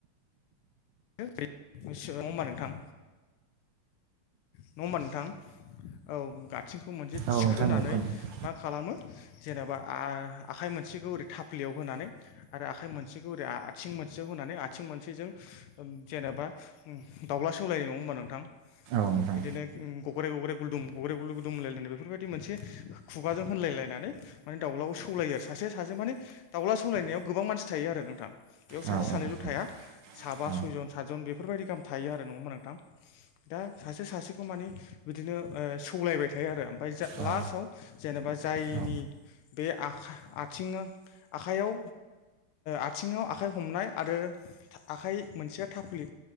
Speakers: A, on the left; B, on the right.
A: नङा होनबा नोंथां नङा होमबा नोंथां औ गासैखौबो थिखोनानै मोनसे
B: औ
A: थिखोनानै
B: नोंथां औ खोनादों
A: मा खालामो जेनेबा आखाइ मोनसेखौ ओरै थाफलियाव होनानै आरो आखाइ मोनसेखौ ओरै आथिं मोनसेयाव होनानै आथिं मोनसेजों जेनेबा दाउला सौलायनाय नङा होनोमबा नोंथां
B: औ नोंथां
A: बिदिनो ग्रे गग्रे गुदुम गग्रे गु गुदुम होनायनाय बेफोरबायदि मोनसे खुगाजों होनायनानै माने दाउलााव सौनानै सलायो सासे सासे माने दाउला सौलायनायाव गोबां मानसि थायो आरो नोंथां बेयाव सासे
B: औ
A: सानैल'
B: औ नोंथां
A: थाया साबा
B: औ
A: सयजन सातजन बेफोरबायदि गाहाम थायो आरो नङाोन दा सासे सासेखौ मानि बिदिनो सौलायबाय थायो आरो ओमफ्राय जा
B: औ
A: लास्टाव जेनेबा जायनि
B: औ
A: बे आखाय आथिङा आखाइयाव आथिङाव आखाइ हमनाय आरो आखाइ मोनसे थाफुलि